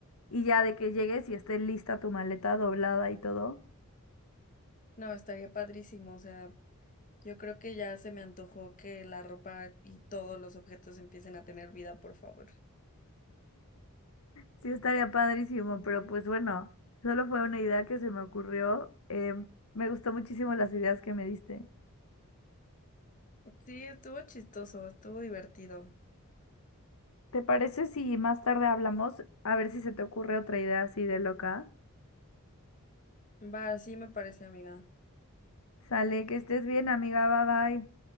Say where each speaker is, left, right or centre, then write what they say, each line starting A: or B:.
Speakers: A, on the left; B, on the left.
A: y ya de que llegues y esté lista tu maleta doblada y todo.
B: No, estaría padrísimo, o sea. Yo creo que ya se me antojó que la ropa y todos los objetos empiecen a tener vida, por favor.
A: Sí, estaría padrísimo, pero pues bueno, solo fue una idea que se me ocurrió. Em, me gustó muchísimo las ideas que me diste.
B: Sí, estuvo chistoso, estuvo divertido.
A: ¿Te parece si más tarde hablamos? A ver si se te ocurre otra idea así de loca.
B: Va, sí me parece, amiga.
A: Sale, que estés bien, amiga. Bye bye.